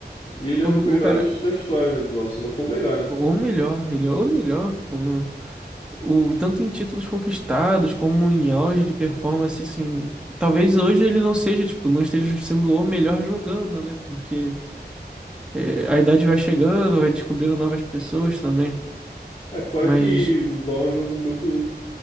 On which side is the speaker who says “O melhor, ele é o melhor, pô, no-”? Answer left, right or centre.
Centre